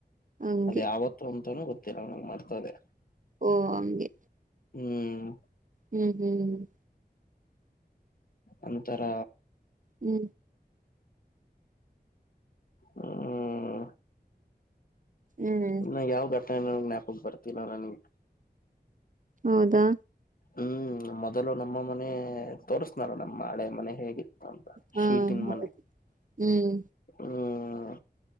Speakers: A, on the right; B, on the left.
A: ಹಂಗೆ
B: ಅದ ಯಾವತ್ತು ಅಂತೂ ಗೊತ್ತಿಲ್ಲ ನನ ಮರ್ತ ಹೋದೆ
A: ಓ ಹಂಗೆ
B: ಹ್ಮ್
A: ಹ್ಮ್ ಹ್ಮ್್ಮ
B: ಓಂತರ
A: ಹ್ಞೂ
B: ಹ್ಮ
A: ಹ್ಮ್
B: ಇನ್ನ ಯಾವ ಘಟನೆ ನ ಜ್ಞಾಪಕ ಬರ್ತಿಲ್ಲ ನನ್ಗೆ
A: ಹೌದಾ
B: ಹ್ಮ್ ಮೊದಲು ನಮ್ಮ ಮನೆ ತೋಸ್ನಲ್ಲ ನಮ್ಮ ಹಳೆ ಮನೆ ಹೇಗೆ ಅಂತ
A: ಹಾ
B: ಶೀಟನ್
A: ಹೌದು
B: ಮನೆ
A: ಹ್ಮ್
B: ಹ್ಮ್